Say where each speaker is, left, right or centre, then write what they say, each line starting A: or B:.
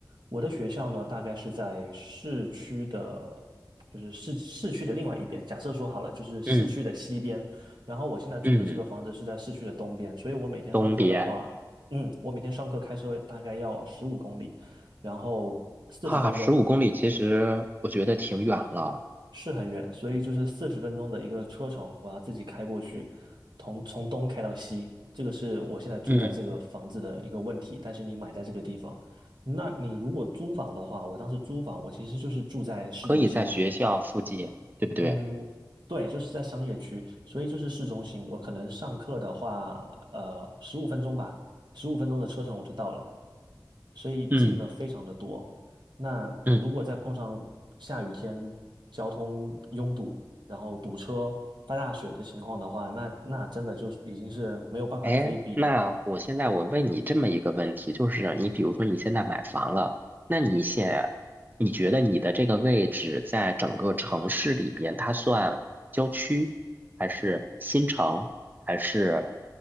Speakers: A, on the right; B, on the right.
A: 我的学校呢，大概是在市区的，就是市市区的另外一边。假设说好了，就是市区的西边，
B: 嗯
A: 然后我现在住的这个房子是在市区的东边，
B: 嗯，
A: 所以我每天上课的话，
B: 东边
A: 嗯，我每天上课开车大概要十五公里，然后四十分钟。
B: 啊，十五公里其实我觉得挺远了，
A: 是很远，所以就是四十分钟的一个车程，我要自己开过去，从从东开到西，这个是我现在住在这个房子的一个问题。
B: 嗯
A: 但是你买在这个地方，那你如果租房的话，我当时租房，我其实就是住在市中心，
B: 可以在学校附近，对不对？
A: 嗯，对，就是在商业区，所以就是市中心。我可能上课的话，呃，十五分钟吧，十五分钟的车程我就到了，所以近了非常的多。
B: 嗯
A: 那如果再碰上下雨天，
B: 嗯
A: 交通拥堵，然后堵车、发大水的情况的话，那那真的就已经是没有办法可以比的了。
B: 哎，那我现在我问你这么一个问题，就是你比如说你现在买房了，那你现你觉得你的这个位置在整个城市里边，它算郊区，还是新城，还是